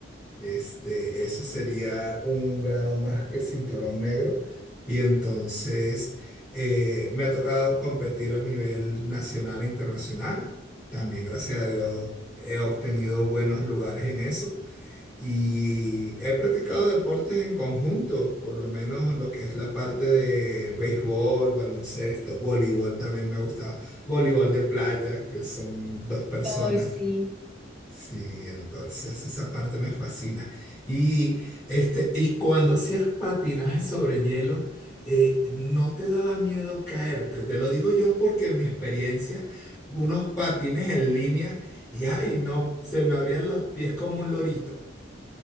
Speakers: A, on the left (about 15°); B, in the centre.
A: Este, eso sería un grado más que cinturón negro. Y entonces eh, me ha tocado competir a nivel nacional e internacional. También, gracias a Dios, he obtenido buenos lugares en eso. Y he practicado
B: Sí.
A: deportes en conjunto, por lo menos lo que es la parte de béisbol, baloncesto, voleibol también me ha gustado. Voleibol de playa, que son dos personas.
B: Ay, sí.
A: Sí, entonces esa parte me fascina. Y, este, y cuando hacías patinaje sobre hielo, eh, ¿no te daba miedo caerte? Te lo digo yo porque en mi experiencia, unos patines en línea y ay, no, se me abrían los pies como un lorito.